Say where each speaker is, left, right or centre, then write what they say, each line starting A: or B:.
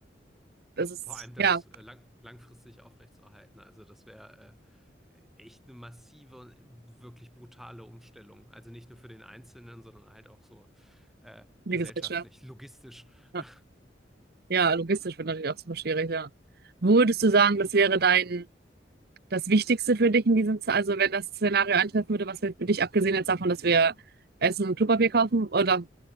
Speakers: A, in the centre; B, on the right.
A: ja,
B: Das ist,
A: vor allem das
B: ja,
A: äh, lang langfristig aufrechtzuerhalten. Also, das wäre äh, echt eine massive und wirklich brutale Umstellung. Also nicht nur für den Einzelnen, sondern halt auch so äh,
B: die
A: gesellschaftlich,
B: Gesellschaft.
A: logistisch. <laughs>
B: Ja, Ja, logistisch wird natürlich auch super schwierig, ja. Würdest du sagen, das wäre dein, das Wichtigste für dich in diesem, Ze- also wenn das Szenario eintreffen würde, was wäre für dich, abgesehen jetzt davon, dass wir Essen und Klopapier kaufen oder